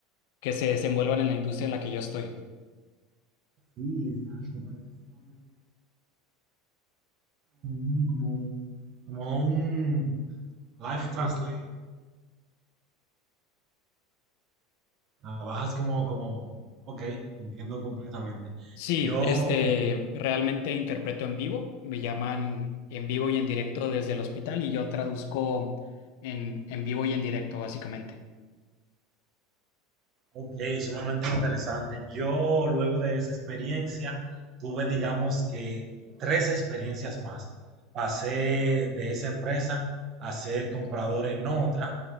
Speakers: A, on the left; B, on the right.
A: que se desenvuelvan en la industria en la que yo estoy.
B: Sí, exacto, parece que es un como, como, como un life translator. Trabajas como, como, ok, entiendo completamente.
A: Sí,
B: Yo
A: este, realmente interpreto en vivo, me llaman en vivo y en directo desde el hospital y yo traduzco en, en vivo y en directo, básicamente.
B: Ok, sumamente interesante. Yo luego de esa experiencia tuve, digamos que, tres experiencias más. Pasé de esa empresa a ser comprador en otra,